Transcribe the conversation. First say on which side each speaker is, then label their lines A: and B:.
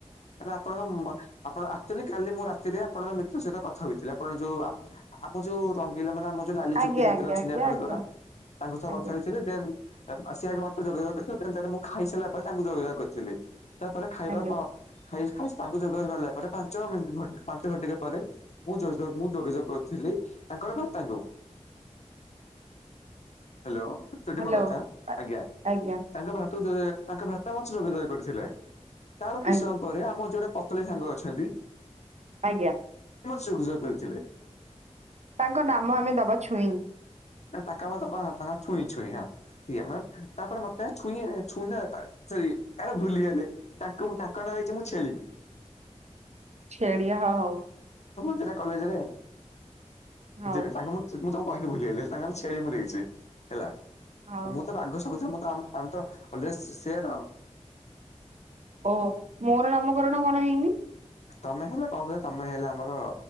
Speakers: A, on the left; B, on the right.
A: କାଇଁନା ଆପଣଙ୍କ ଆପଣ ଆକଚୁଆଲି କାଲି ମୁଁ ରାତିରେ ଆପଣଙ୍କ ମିତ୍ର ସହିତ କଥା କଥା ହୋଇଥିଲେ, ଆପଣ ଯୋଉ ଆମ ଯୋଉ ର ପିଲାମାନେ ଆମ ଯୋଉ ଲାଲି ଚୁଟି
B: ଆଜ୍ଞା
A: ମିତ୍ର
B: ଆଜ୍ଞା ଆଜ୍ଞା
A: ଆପଣଙ୍କର,
B: ଆଜ୍ଞା
A: ତାଙ୍କ ସହ
B: ଆଜ୍ଞା
A: କଥା ହୋଇଥିଲେ ଦେନ୍ ଆଗ ସେ ଆଗେ ମତେ ଯୋଗାଯୋଗ କରିଥିଲେ <unintelligible> ମୁଁ ଖାଇସାରିଲା ପରେ ତାଙ୍କୁ ଯୋଗାଯୋଗ କରିଥିଲି। ତାପରେ ଖାଇବା
B: ଆଜ୍ଞା
A: ଖାଇସ୍ ଖାଇସ୍ ତାଙ୍କୁ ଯୋଗାଯୋଗ କଲା ପରେ ପାଞ୍ଚ ମିନଟ୍ ପାଞ୍ଚ ଘଟିକା ପରେ ମୁଁ ଯୋଗାଯୋଗ ମୁଁ ଯୋଗାଯୋଗ କରୁ ଥିଲି ତାଙ୍କର ଭା ସ ତାଙ୍କୁ । ହ୍ୟାଲୋ ଶୁଭୁଚି ଟି
B: ହ୍ୟାଲୋ।
A: ମୋ କଥା ଆଜ୍ଞା
B: ଆଜ୍ଞା
A: ତାଙ୍କ ଭାତରୁ । ତାଙ୍କ ଭାତ <unintelligible> କରିଥିଲା ତାର କିଛି
B: ଆଜ୍ଞା
A: ସମୟ ପରେ ଆମ ଯୋଉରା ପତଳି ସାଙ୍ଗ ଅଛନ୍ତି।
B: ଆଜ୍ଞା।
A: ସୁଯୋଗ କରିଥିଲେ।
B: ତାଙ୍କ ନାମ ଆମେ ଦବା ଛୁଇଁ।
A: ତାଙ୍କ ନା ଦବା ନା ତାଙ୍କ ନା ଛୁଇଁ ଛୁଇଁ ହଁ ଛୁଇଁ ହ ମାନେ ତାପରେ ମତେ ଛୁଇଁ ଛୁଇଁ ତା ସରି ଆରେ ଭୁଲିଗଲେ ତାଙ୍କୁ ମୁଁ ତାଙ୍କ ନାଁ ହେଇଛି ମୁଁ ଛେଳି।
B: ଛେଳିଆ ହ ହଉ।
A: ସେଇଟା କଲେଜରେ
B: ହଉ ହଉ
A: ଯିବେ ତାଙ୍କୁ ମୁଁ ମୁଁ ତାଙ୍କୁ କହିକି ଭୁଲି ଗଲି। ତାଙ୍କ ନା ଛେଳି ମୁଁ ଦେଇଚି ହେଲା
B: ହଉ
A: ମୁଁ ତ ବାଘ ସବୁ ସବୁ ଛୁଆ ଆ ଆମେ ତ ସେର।
B: ଓହୋ ମୋର ନାମକରଣ କଣ ହେଇନି?
A: ତମେ ହେଲେ କଣ କଇଲ ତମେ ହେଲେ ଆମର